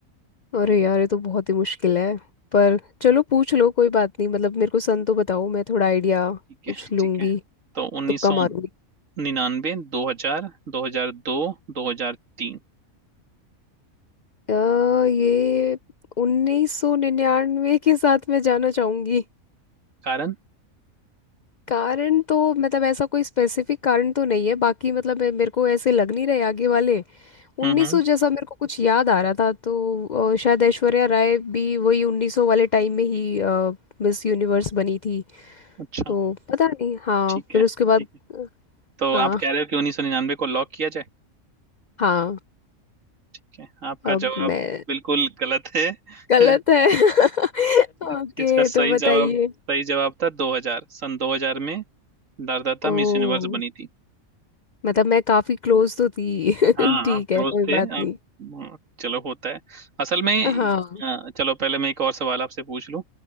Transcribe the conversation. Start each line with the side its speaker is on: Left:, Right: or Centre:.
Left: अरे यार ये तो बहुत ही मुश्किल है पर चलो पूछ लो कोई बात नहीं मतलब मेरे को सन तो बताओ मैं थोड़ा आइडिया
Right: ठीक है
Left: कुछ लूंगी
Right: ठीक है तो उन्नीस
Left: तुक्का
Right: सौ
Left: मारूंगी
Right: निन्यानवे दो हजार दो हजार दो दो हजार तीन
Left: अ, ये 1999 के साथ मैं जाना चाहूंगी
Right: कारण
Left: कारण तो मतलब ऐसा कोई स्पेसिफिक कारण तो नहीं है बाकी मतलब मे- मेरे को ऐसे लग नहीं रहे आगे वाले 1900
Right: हम्म हम्म
Left: जैसा मेरे को कुछ याद आ रहा था तो अ, शायद ऐश्वर्या राय भी वही 1900 वाले टाइम में ही मिस यूनिवर्स बनी थी
Right: अच्छा
Left: तो पता नहीं हाँ
Right: ठीक
Left: फिर
Right: है
Left: उसके बाद
Right: ठीक है तो
Left: हाँ
Right: आप कह रहे हो कि उन्नीस सौ निन्यानवे को लॉक किया
Left: हाँ
Right: Okay, आपका
Left: अब
Right: जवाब
Left: मैं
Right: बिल्कुल गलत है
Left: गलत
Right: <laughs>
Left: है <laughs>
Right: इस-
Left: ओके
Right: इसका
Left: तो
Right: सही
Left: बताइए
Right: जवाब सही जवाब था 2000 सन 2000 में भारदाता
Left: ओ
Right: मिस यूनिवर्स बनी थी
Left: मतलब मैं काफी क्लोज तो थी <laughs>
Right: हाँ
Left: ठीक
Right: आप क्लोज
Left: है कोई
Right: थे
Left: बात
Right: आप
Left: नहीं
Right: हाँ, चलो होता है असल में
Left: हाँ
Right: अ, चलो पहले मैं एक और सवाल आपसे पूछ लूं